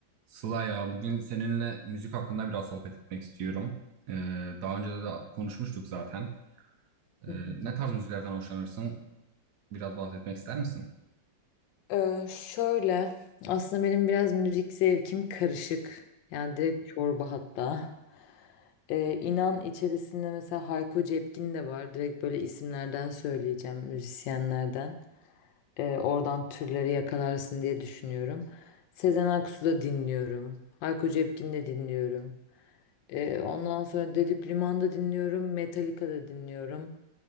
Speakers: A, on the right; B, on the left.
A: Sıla ya bugün seninle müzik hakkında biraz sohbet etmek istiyorum. Ee, daha önce de, de konuşmuştuk zaten. Ee,
B: Hı hı.
A: ne tarz müziklerden hoşlanırsın? Biraz bahsetmek ister misin?
B: Ee, şöyle aslında benim biraz müzik zevkim karışık. Yani direkt çorba hatta. Ee, inan içerisinde mesela Hayko Cepkin de var. Direkt böyle isimlerden söyleyeceğim müzisyenlerden. E, oradan türleri yakalarsın diye düşünüyorum. Sezen Aksu da dinliyorum. Hayko Cepkin de dinliyorum. E, ondan sonra Dedip Liman'da dinliyorum. Metallica da dinliyorum.